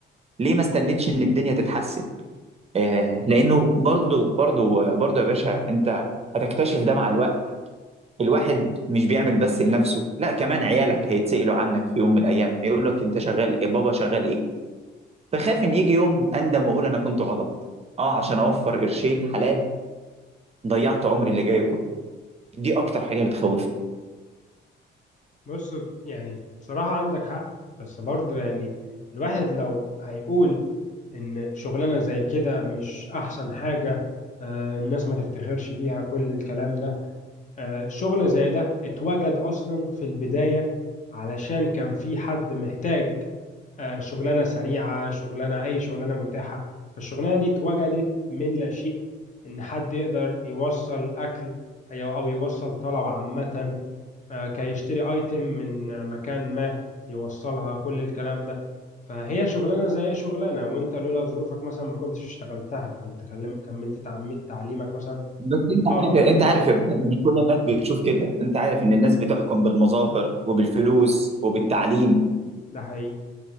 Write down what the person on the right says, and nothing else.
ليه ما استنيتش ان الدنيا تتحسن آه لانه برضو برضو برضو يا باشا انت هتكتشف ده مع الوقت الواحد مش بيعمل بس لنفسه لا كمان عيالك هيتسألوا عنك في يوم من الايام هيقول لك انت شغال ايه بابا شغال ايه فخاف ان يجي يوم اندم واقول انا كنت غلط اه عشان اوفر قرشين حلال ضيعت عمري اللي جاي كله دي اكتر حاجه بتخوف
بس انت
عارف
انت
عارف
يا بطل
ان كل الناس بتشوف كده انت عارف ان الناس بتحكم بالمظاهر وبالفلوس وبالتعليم